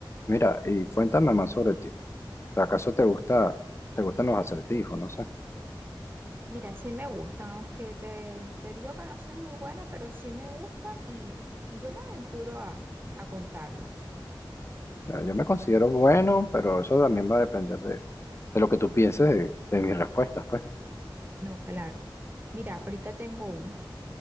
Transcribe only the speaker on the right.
Mira, sí me gustan, aunque te, te digo que no soy muy buena, pero sí me gustan y, y yo me aventuro a, a contarlos.
No, claro. Mira, ahorita tengo uno.